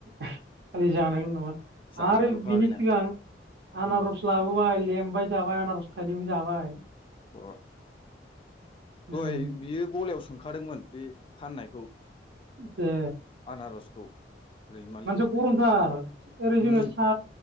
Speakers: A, on the right (about 60°); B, on the left (about 30°).
A: खालि जानायल' नामा
B: जानायल'खा
A: आरो बिनि
B: बेना
A: सिगां आनारस।
B: उम
A: लाबोबाय लेमबाय जाबाय आनारस थाइनैबो जाबाय।
B: बा। दहाय
A: उम
B: बियो गलायाव सोंखादोंमोन बे फाननायखौ।
A: ए।
B: आनारसखौ। रैमालिखौ
A: मानसिया गरमथार ओरै जोङो
B: उम
A: सा